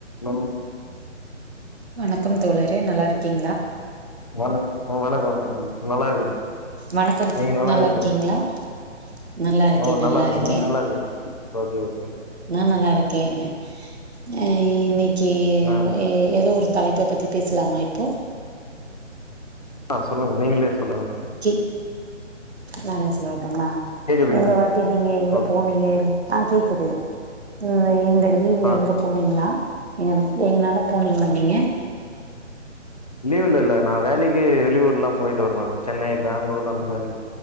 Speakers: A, on the left; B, on the right.
A: Hello
B: வணக்கம் தோழரே நல்லா இருக் கிங்களா
A: வணக் வணக்கோ வணக்கோ நல்லா இருக்க
B: வணக்கம்
A: நீங்க
B: தோ
A: நல்லா இருக்குறீங்க
B: இருக்கீங்களா நல்லா இருக்கே
A: ஓ நல்லா இருக்குறீங்க
B: இருக்கே
A: நீ நல்லா இருக் ஓகே ஓகே
B: நா நல்லா இருக்கேங்க அ ஈவ்னிங் கே
A: ஆ
B: ஓ எதோ ஒரு தலைப்ப பத்தி பேசலாமா இப்போ
A: ஆ சொல்லுங்க நீங்களே சொல்லுங்க மேம்
B: கி நானே சொல்லனு ங்கள
A: கேக்குதுங்களா
B: இந்த வாட்டி நீங்க எங்க
A: ஓகே
B: போனீங்க இருக் ஆ கேக்குது உம் இந்தப் லீவ்ல
A: ஆ
B: எங்க போனீங்களா எங்ன எங்கனால போனீங்களா நீங்க
A: லீவ்ல இல்ல நா வேலக்கி வெளியூரெல்லா போயிட்டு வருவே சென்னை பெங்களூர் அந்த மாரி